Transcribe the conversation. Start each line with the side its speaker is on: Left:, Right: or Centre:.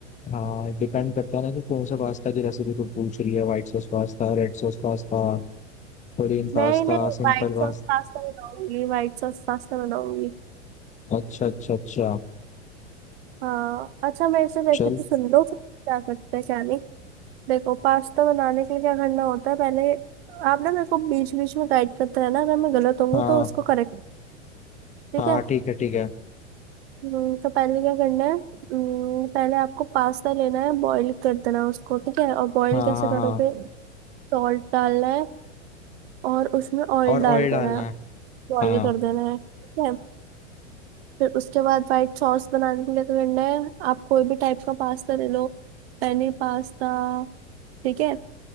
Left: हाँ डिपेंड करता है ना कि कौन सा पास्ता की रेसिपी तो पूछ रही है White sauce pasta red sauce pasta plain
Right: नहीं
Left: pasta
Right: नहीं
Left: simple
Right: व्हाइट
Left: pasta
Right: सॉस पास्ता बनाऊंगी व्हाइट सॉस पास्ता बनाऊंगी
Left: अच्छा अच्छा अच्छा
Right: हाँ अच्छा मेरे से रेसिपी
Left: चल
Right: सुन लो फिर क्या करते हैं क्या नहीं देखो पास्ता बनाने के लिए क्या करना होता है पहले आप ना मेरे को बीच बीच में गाइड करते रहना अगर मैं गलत होंगी
Left: हाँ
Right: तो उसको करेक्ट ठीक
Left: हाँ
Right: है
Left: ठीक है ठीक है
Right: हम्म, तो पहले क्या करना है हम्म, पहले आपको पास्ता लेना है बॉईल कर देना है उसको ठीक है और बॉईल
Left: हाँ
Right: कैसे
Left: हाँ
Right: करोगे
Left: हाँ
Right: सॉल्ट डालना है और उसमें ऑयल
Left: और
Right: डाल
Left: ऑयल
Right: देना
Left: डालना
Right: है
Left: है
Right: बॉईल
Left: हाँ
Right: कर देना है ठीक है फिर उसके बाद वाइट सॉस बनाने के लिए क्या करना है आप कोई भी टाइप का पास्ता ले लो Penne pasta ठीक है